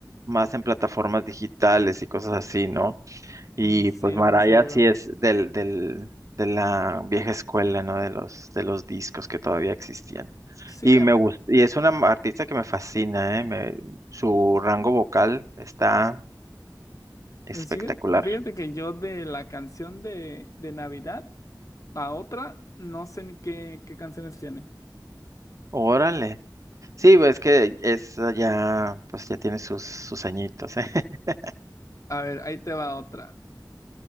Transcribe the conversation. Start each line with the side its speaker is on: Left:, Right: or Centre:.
Right: más en plataformas digitales y cosas así, ¿no? Y
Left: Mm, Sí,
Right: pues Maraya
Left: lo más seguro.
Right: sí es del, del, de la vieja escuela, ¿no? De los, de los discos que todavía existían.
Left: Sí,
Right: Y
Left: a-
Right: me gusta, y es una m- artista que me fascina, ¿eh? Me- su rango vocal está espectacular.
Left: sí, fíjate que yo de la canción de, de Navidad a otra, no sé ni qué, qué canciones tiene.
Right: Órale. Sí, pues es que es ya, pues ya tiene sus, sus añitos, ¿eh? <laughs>
Left: A ver, ahí te va otra.